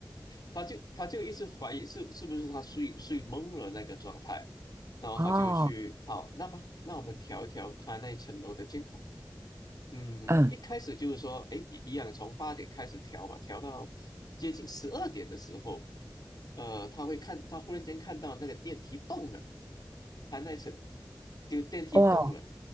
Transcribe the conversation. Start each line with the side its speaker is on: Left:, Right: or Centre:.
Left: 他就他就一直怀疑是是不是他睡睡懵了那个状态，然后他就去好，
Right: 哦，
Left: 那么那我们调一调他那一层楼的监控。嗯，
Right: 嗯，
Left: 一开始就是说，哎，一一样从八点开始调吧，调到接近十二点的时候，呃，他会看，他忽然间看到那个电梯动了，他那一层就电梯动了，
Right: 哇，